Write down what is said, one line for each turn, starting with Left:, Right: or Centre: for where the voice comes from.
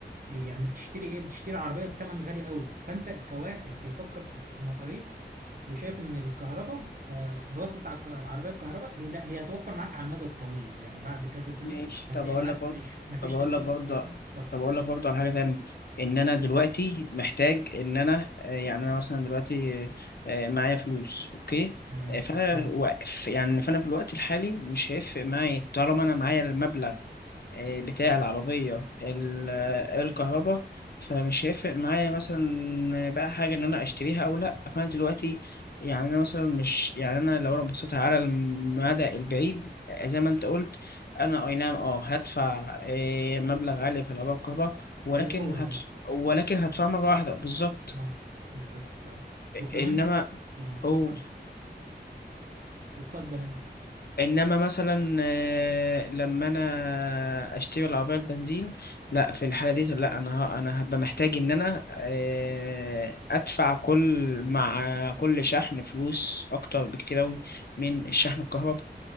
Right: ب- يعني بتشتري ايه بتشتري عربيه بتمن غالي قوي فانت كواحد بيفكر في في مصاريف وشايف ان الكهرباء آه، باصص على الك- العربيه الكهرباء هي لا هي هتوفر معاك على المدى الطويل يعني بعد كذا سنه
Left: ماشي
Right: هتلاقي
Left: طب اقول
Right: معاك
Left: لك برضه
Right: مش مفيش
Left: طب اقول
Right: تكلفه
Left: لك برضه
Right: صيانه اتفضل
Left: طب اقول لك برضه على حاجه تانية ان انا دلوقتي محتاج ان انا آه، يعني انا مثلا دلوقتي آه، آه، معايا فلوس اوكي
Right: تمام
Left: آه، فانا
Right: إيه.
Left: واقف يعني فانا في الوقت الحالي مش هيفرق معايا طالما انا معايا المبلغ آه، بتاع العربية ال- آه، الكهرباء فمش هيفرق معايا مثلا بقى حاجة إن أنا أشتريها أو لأ فأنا دلوقتي يعني أنا مثلا مش يعني أنا لو أنا بصيت على المدى البعيد آه، زي ما أنت قلت أنا أي نعم أه هدفع آه، مبلغ عالي في العربية الكهرباء ولكن
Right: في الاول
Left: هدف
Right: بس
Left: ولكن هدفع مرة واحدة بالظبط
Right: اه بالظبط اه وكمان
Left: إنما
Right: اه
Left: أوه.
Right: اتفضل اتفضل انت
Left: انما مثلا آه، لما انا اشتري العربيه البنزين لا في الحاله دي لا انا ه- انا هبقى محتاج ان انا آه، ادفع كل مع كل شحن فلوس اكتر بكتير اوي من الشحن الكهرباء